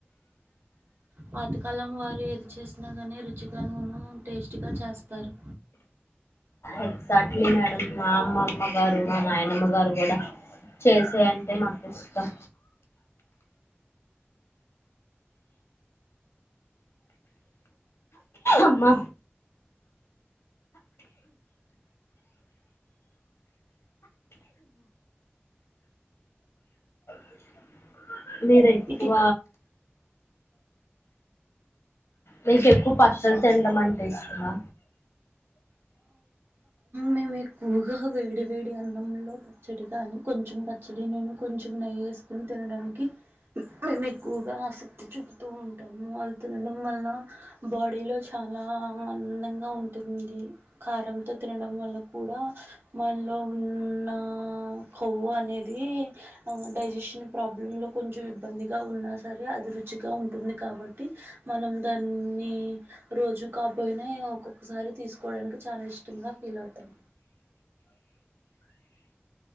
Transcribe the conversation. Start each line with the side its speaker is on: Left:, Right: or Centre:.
Right: పాతకాలం వాళ్ళు ఏది చేసినా కానీ రుచిగాను టేస్టీగా చేస్తారు
Left: ఎగ్జాక్ట్లీ మేడం మా అమ్మమ్మ గారు మా నాయనమ్మ గారు కూడా చేసే అంటే మాకు ఇష్టం అమ్మ అమ్మ <inaudible> మీర ఎక్కువ
Right: ఇటు
Left: నీకు ఎక్కువ పచ్చడి తినడం అంటే ఇష్టమా
Right: మేము ఎక్కువగా వేడి వేడి అన్నంలో ఒక పచ్చడి గానీ కొంచెం పచ్చడి నేను కొంచెం నెయ్యి వేసుకొని తినడానికి మేము ఎక్కువగా ఆసక్తి చూపుతూ ఉంటాము అది తినడం వల్ల బాడీలో చాలా అందాంగా ఉంటుంది కారంతో తినడం వల్ కూడా మనలో ఉన్న కొవ్వు అనేది డైజెషన్ ప్రాబ్లమ్ లో కొంచెం ఇబ్బందిగా ఉన్నా సరే అది రుచి గా ఉంటుంది కాబట్టి మనం దాన్ని రోజు కాపోయినా ఒక్కొక్కసారి తీసుకోవడానికి చాలా ఇష్టంగా ఫీల్ అవుతాం